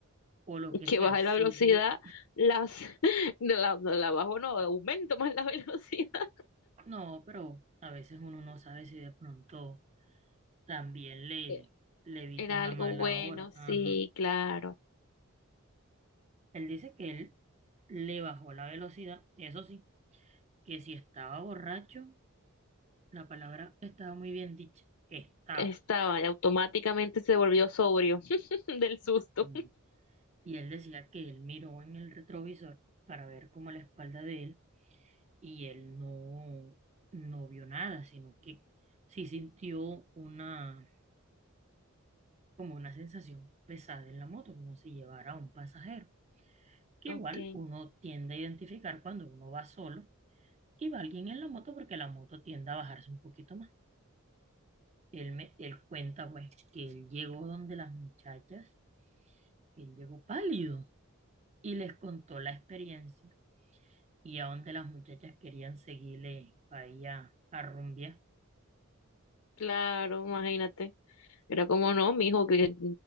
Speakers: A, on the right (about 30°); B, on the left (about 75°).
A: o lo que
B: Que
A: sea,
B: baja
A: sí
B: la velocidad,
A: sé,
B: las, <laughs> no la, no la bajo, no, aumento más la <laughs> velocidad.
A: no, pero a veces uno no sabe si de pronto también le,
B: Eh,
A: le evite
B: Era
A: una
B: algo
A: mala
B: bueno,
A: hora.
B: sí,
A: Ajá.
B: claro.
A: Él dice que él le bajó la velocidad, eso sí, que si estaba borracho, la palabra estaba muy bien dicha, estaba.
B: Estaba y automáticamente se volvió sobrio <laughs> del susto.
A: Y y él decía que él miró en el retrovisor para ver cómo la espalda de él y él no, no vio nada, sino que sí sintió una, como una sensación pesada en la moto, como si llevara a un pasajero, que
B: Ok,
A: igual uno tiende a identificar cuando uno va solo y va alguien en la moto porque la moto tiende a bajarse un poquito más. Él, me, él cuenta pues que él llegó donde las muchachas, él llegó pálido y les contó la experiencia y a donde las muchachas querían seguirle para allá a rumbear
B: claro, imagínate. Pero como no, mijo, que,